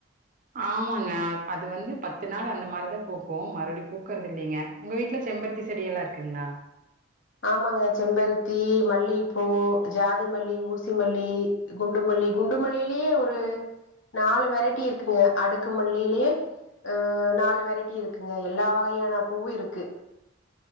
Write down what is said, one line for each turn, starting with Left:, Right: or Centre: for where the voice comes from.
Right: ஆமாங்க அ அது வந்து பத்து நாள் அந்த மாரிதா பூக்கு மறுபடியு பூக்குறது இல்லைங்க உங்க வீட்டுல செம்பருத்தி செடி எல்லா இருக்குங்களா
Left: ஆமாங்க செம்பருத்தி மல்லிகைப்பூ ஜாதி மல்லி ஊசி மல்லி குண்டுமல்லி குண்டுமல்லிலேயே ஒரு நாலு வெரைட்டி இருக்குங்க அடுக்கு மல்லையிலயே அ நாலு வெரைட்டி இருக்குங்க எல்லா வகையான பூவு இருக்கு